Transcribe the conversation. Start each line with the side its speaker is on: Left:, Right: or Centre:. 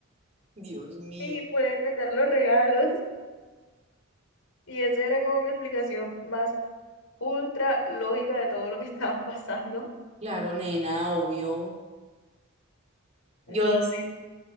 Right: Dios
Left: <laughs>
Right: mío.
Left: y pueden meter los regalos. Y esa era como mi explicación más ultra lógica de todo lo que estaba <laughs> pasando.
Right: Claro, nena, obvio. Yo,
Left: No, sí